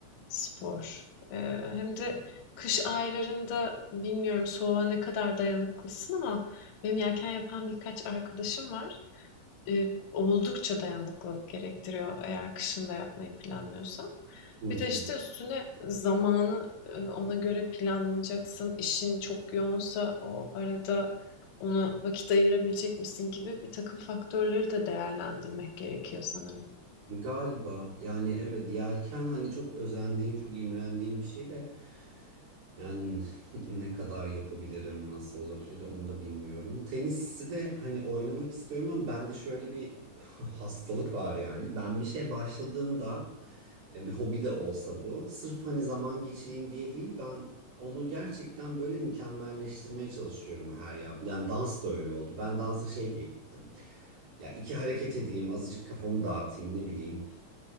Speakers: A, on the left; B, on the right.
A: spor. Eee, hem de kış aylarında bilmiyorum soğuğa ne kadar dayanıklısın ama benim yelken yapan birkaç arkadaşım var. Eee, oldukça dayanıklılık gerektiriyor eğer kışın da yapmayı planlıyorsan.
B: Hı hı.
A: Bir de işte üstüne zamanı, eee, ona göre planlayacaksın. İşin çok yoğunsa o arada ona vakit ayırabilecek misin gibi bir takım faktörleri de değerlendirmek gerekiyor sanırım.
B: Galiba yani evet yelken hani çok özendiğim çok imrendiğim bir şey de yani <laughs> ne kadar yapabilirim nasıl olabilir onu da bilmiyorum. Tenisi de hani oynamak istiyorum ama bende şöyle bir <laughs> hastalık var yani ben bir şeye başladığımda yani bir hobi de olsa bu sırf hani zaman geçireyim diye değil ben onu gerçekten böyle mükemmelleştirmeye çalışıyorum her yaptığım. Yani dans da öyle oldu ben dansa şey diye gittim ya iki hareket edeyim azıcık kafamı dağıtayım ne bileyim.